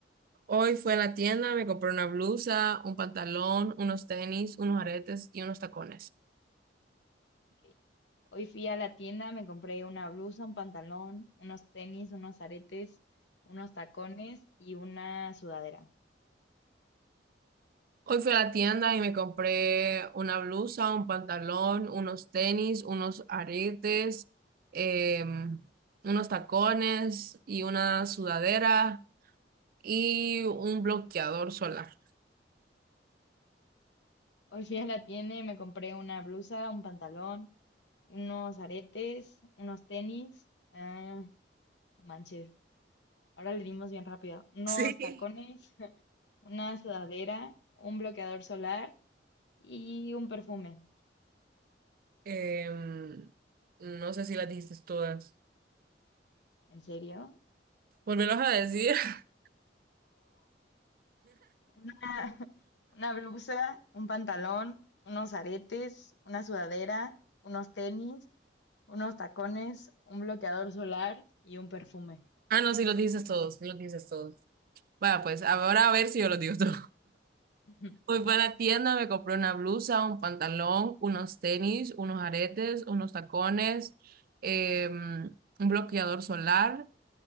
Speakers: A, on the right; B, on the left.
A: Hoy fui a la tienda, me compré una blusa, un pantalón, unos tenis, unos aretes y unos tacones.
B: Ok. Hoy fui a la tienda, me compré una blusa, un pantalón, unos tenis, unos aretes, unos tacones y una sudadera.
A: Hoy fui a la tienda y me compré una blusa, un pantalón, unos tenis, unos aretes, em, unos tacones y una sudadera y un bloqueador solar. <laughs>
B: Hoy fui a la tienda y me compré una blusa, un pantalón, unos aretes, unos tenis. Ah, no manches, ahora le dimos bien rápido. Unos
A: Sí.
B: tacones, <laughs> una sudadera, un bloqueador solar y un perfume.
A: Em, no sé si las dijiste todas.
B: ¿En serio?
A: Volvelos a decir. <laughs>
B: Una, <laughs> una blusa, un pantalón, unos aretes, una sudadera, unos tenis, unos tacones, un bloqueador solar y un perfume.
A: Ah, no, sí los dijiste todos, sí los dijiste todos. Vaya, pues ahora a ver si yo los digo todos.
B: <laughs>
A: Hoy fui a la tienda, me compré una blusa, un pantalón, unos tenis, unos aretes, unos tacones, eh, un bloqueador solar,